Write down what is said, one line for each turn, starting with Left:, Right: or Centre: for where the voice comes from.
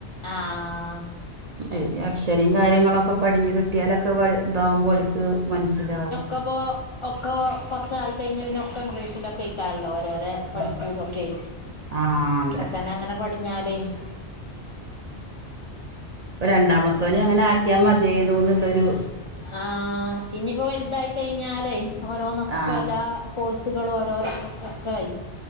Left: ആഹ്.
Right: ഏയ്‌ അക്ഷരിം കാര്യങ്ങളൊക്കെ പടിഞ് കിട്ടിയാലൊക്കെപൊ താവുംമ്പോ ഓല്ക്ക് മൻസ്സിലാവും.
Left: അപ്പോ ഒക്കൊ കൊർച്ച ആയി കഴിഞ്ഞ പിന്നെ ഒക്കെ ഇംഗ്ലീഷിലൊക്കെ അയ്ക്കാരല്ലോ ഓരോരേ പഠിപ്പുതൊക്കെ
Right: ആ ആ അതെ
Left: ഇപ്പൊ തന്നെ അങ്ങനെ പടിഞ്ഞാലേയ് <inaudible>
Right: രണ്ടാമത്തോെനിം അങ്ങനെ ആക്കിയാമതിയായിന്നു ന്നുള്ളൊരു
Left: ആഹ്, ഇനിയിപ്പോ വൽതായി കഴിഞ്ഞാലേയ് ഓരോ നൊക്കല്ല
Right: ആ
Left: എല്ലാ കോഴ്സുകള് ഓരോരോ കോഴ്സും ഒക്കെ ആയി.